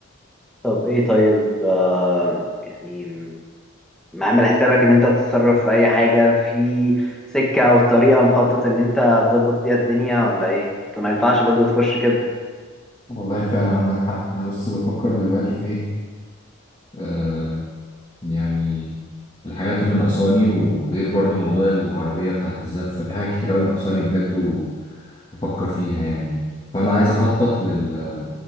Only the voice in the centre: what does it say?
طب ايه طيب آه يعني ما عامل حسابك ان انت تتصرف في اي حاجة في سكة او طريقة مخطط ان انت تظبط بيها الدنيا ولا ايه اصل ما ينفعش برضو تخش كده